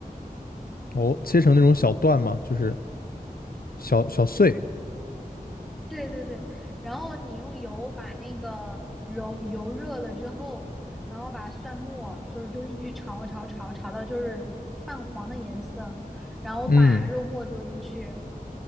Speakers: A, on the left; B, in the centre.
A: 哦，切成那种小段嘛，就是小小碎。
B: 对对对，然后你用油把那个揉油热了之后，然后把蒜末就是丢进去炒炒炒炒到就是泛黄的颜色，然后把肉末丢进去，
A: 嗯，